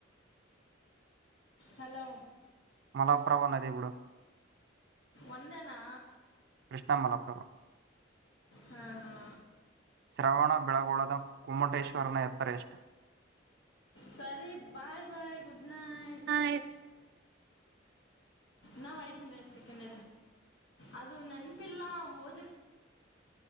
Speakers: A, on the left (about 75°); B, on the right (about 60°).
A: ಹಲೋ
B: ಮಲ ಪ್ರಭಾವ ನದೆ ಎವಡ
A: ಒಂದೇನಾ
B: ಕೃಷ್ಣ ಮಲಪ್ರಭು
A: ಹಾ ಹಾ
B: ಶ್ರವಣ ಬೆಳಗೊಳದ ಗೋಮಟೇಶ್ವರನ ಎತ್ತರ ಎಷ್ಟು
A: ಸರಿ ಬಾಯ್ ಬಾಯ್ ಗುಡ್ ನೈಟ್
B: ಹ್ೆ
A: ನಾ ವಯತನ ಮೇಕಂಡ ಅದು ನೆನಪಲ್ಲಾ ಓ